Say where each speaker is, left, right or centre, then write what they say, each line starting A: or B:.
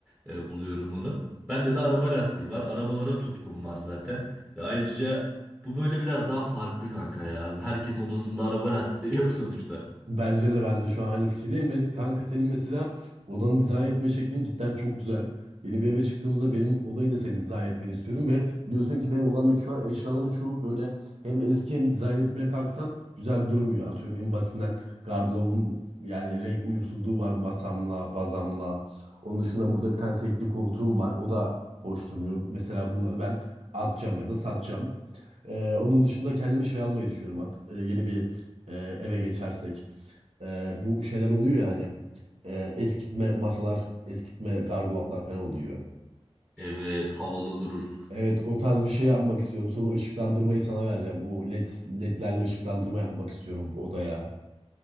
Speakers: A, on the right (about 15°); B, on the right (about 75°).
A: e, buluyorum onu. Bende de araba lastiği var. Arabalara tutkum var zaten. Ve ayrıca bu böyle biraz daha farklı kanka ya. Herkesin odasında araba lastiği <laughs> yok sonuçta.
B: Bence de ben de şu an aynı fikirdeyim. Ve kanka senin mesela odanı dizayn etme şeklin cidden çok güzel. Yeni bir eve çıktığımızda benim odayı da senin dizayn etmeni istiyorum. Ve biliyorsun ki benim odamdaki şu an eşyaların çoğu böyle hem eski hem dizayn etmeye kalksan güzel durmuyor. Atıyorum en basitinden gardırobum yani renk uyumsuzluğu var masamla, bazamla. Onun dışında burada bir tane tekli koltuğum var. O da hoş durmuyor. Mesela bunları ben atacağım ya da satacağım. Ee, onun dışında kendime şey almayı düşünüyorum. At- e, yeni bir e, eve geçersek e, bu şeyler oluyor yani. E, eskitme masalar, eskitme gardıroplar falan oluyor.
A: Evet havalı durur.
B: Evet o tarz bir şey yapmak istiyorum. Sonra ışıklandırmayı sana vereceğim. O led, ledlerle ışıklandırma yapmak istiyorum odaya.